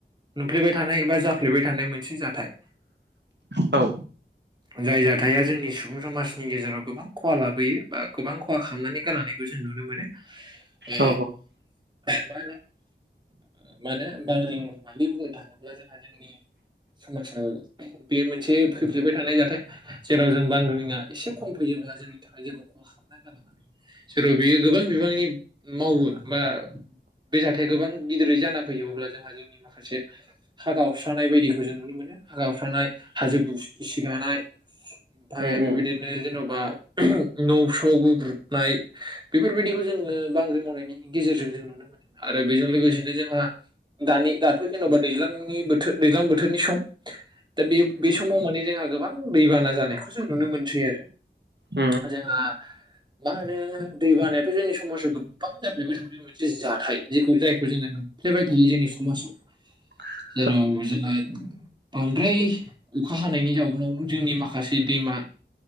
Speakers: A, on the right; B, on the right.
A: नुफ्लेबाय थानाय बा जाफ्लेबाय थानाय मोनसे जाथाय
B: औ
A: जाय जाथाया जोंनि सुबुं समाजनि गेजेराव गोबां खहा लाबोयो बा गोबां खहा खालामनानै गालांनायखौ जों नुनो मोनो ओ
B: औ
A: मा होनो मा होनो बांग्रि मावनाय होननानै बुंनो थाङोब्ला जोंहा जोंनि समाजाव बे से फैफ्लेबाय थानाय जाथाय जेराव जों बांग्रिङा एसे खम फैयोब्ला जोंनि थाखाय जेबो खहा खालामा सोरबा बेयो गोबां बिबांनि मावो बा बे जाथाय गोबां गिदिरै जाना फैयो अब्ला जोंहा जों माखासे हा गावस्रानाय बायदिखौ जों नुनो मोनो हा गावस्रानाय हाजो गिसि गानाय ओमफाय
B: उम उम
A: बेबायदिनो
B: उम
A: जेन'बा न' फ्राव गुब्रुबनाय बेफोरबायदिखौ जोङो बांग्रि मावनायनि गेजेरजों जों नुनो मोनो आरो बेजों लोगोसेनो जोंहा दानि दाथ' जेन'बा दैज्लांनि बोथोर दैज्लां बोथोरनि सम दा बे बे समाव माने जोंहा गोबां दैबाना जानायखौ जों नुनो मोनसै आरो
B: उम
A: जोंहा मा होनो दै बानायाथ' जोंनि समाजाव गोबां जाफ्लायबाय थाखायो मोनसे जाथाय जेखौ जायखौ जोङो नुफ्लेबाय थायो जोंनि समाजाव
B: <inaudible>
A: जेराव जोङो बांद्राय अखा हानायनि जाउनाव जोंनि माखासे दैमा